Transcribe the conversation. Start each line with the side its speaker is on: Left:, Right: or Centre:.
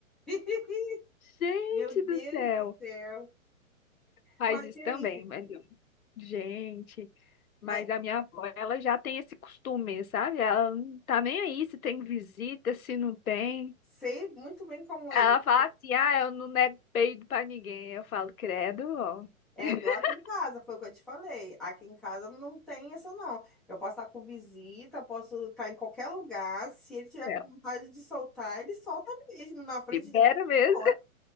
Centre: <laughs>
Left: Gente
Centre: meu Deus
Left: do céu!
Centre: do céu.
Left: Faz
Centre: Mas
Left: isso
Centre: e aí?
Left: também, mas eu- gente. Mas
Centre: Mas
Left: a minha avó, ela já tem esse costume, sabe? Ela não tá nem aí se tem visita, se não tem.
Centre: sei muito bem como
Left: Ela
Centre: é. isso.
Left: fala assim: ah, eu não nego peido pra ninguém. Eu falo, credo, ó.
Centre: É
Left: <laughs>
Centre: igual aqui em casa, foi o que eu te falei. Aqui em casa não tem essa, não. Eu posso estar com visita, eu posso estar em qualquer lugar. Se ele tiver
Left: É,
Centre: com vontade de soltar, ele solta mesmo, na frente
Left: libera
Centre: de quem
Left: mesmo.
Centre: for.
Left: <laughs>